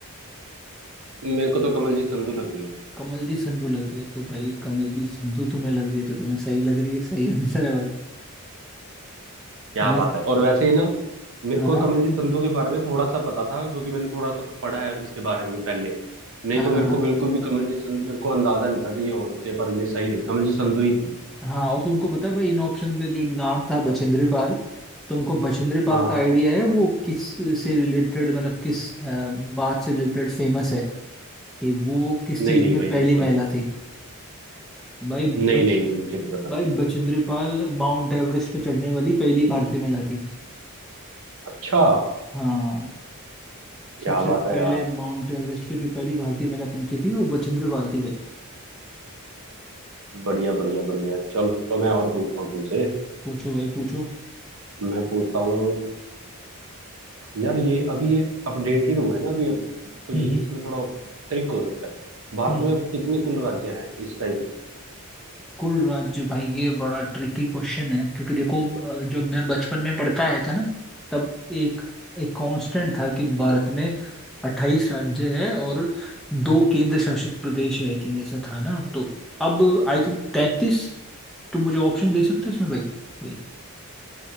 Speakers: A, on the right; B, in the centre.
A: मेरे को तो कमलजीत संधू लग रही है
B: कमलजीत संधू लग रही है तो भाई कमलजीत संधू तुम्हें लग रही है तो तुम्हें सही लग रही है सही आंसर है भाई
A: क्या
B: बेस्ट
A: बात है और वैसे ही ना मेरे
B: हाँ
A: को
B: हाँ
A: कमलजीत संधू के बारे में थोड़ा सा पता था क्योंकि मैंने थोड़ा सा पढ़ा है इसके बारे में पहले नहीं
B: हाँ
A: तो
B: हाँ
A: मेरे
B: हाँ
A: को बिल्कुल भी कमलजीत संधू मेरे को अंदाजा नहीं था कि ये हो सकती है पर ये सही रही कमलजीत संधू ही थी
B: हाँ और तुमको पता है भाई इन ऑप्शन पे जो नाम था बचेंद्री पाल तुमको बचेंद्री पाल
A: हाँ
B: का
A: हाँ
B: आइडिया है वो किस से रिलेटेड मतलब किस अ, बात से रिलेटेड फेमस है कि वो किस
A: नहीं
B: चीज
A: नहीं
B: में
A: भाई
B: पहली
A: मेरे को
B: महिला
A: नहीं पता
B: थी भाई ब,
A: नहीं नहीं नहीं मुझे नहीं पता
B: भाई बचेंद्री पाल माउंट एवरेस्ट पे चढ़ने वाली पहली भारतीय महिला थी
A: अच्छा
B: हाँ
A: क्या
B: सबसे
A: बात है
B: पहले
A: यार
B: माउंट एवरेस्ट पे जो पहली भारतीय महिला पहुंची थी वो बचेंद्री पाल थी भाई
A: बढ़िया बढ़िया बढ़िया चलो मैं और पूछता हूँ तुमसे
B: पूछो भाई पूछो
A: मैं पूछता हूँ यार ये अभी ये अपडेटेड हुए ना अभी अब तो ये
B: हम्म
A: इसमें थोड़ा ट्रिक हो सकता है भारत
B: हम्म
A: में अब कितने कुल राज्य हैं इस टाइम
B: कुल राज्य भाई ये बड़ा ट्रिकी क्वेश्चन है क्योंकि देखो अ, जब मैं बचपन में पढ़ता आया था ना तब एक एक कांस्टेंट था कि भारत में अट्ठाईस राज्य है और दो केंद्र शासित प्रदेश है आई थिंक ऐसा था ना तो अब आई थिंक तैतीस तो मुझे ऑप्शन दे सकते हो इसमें भाई वही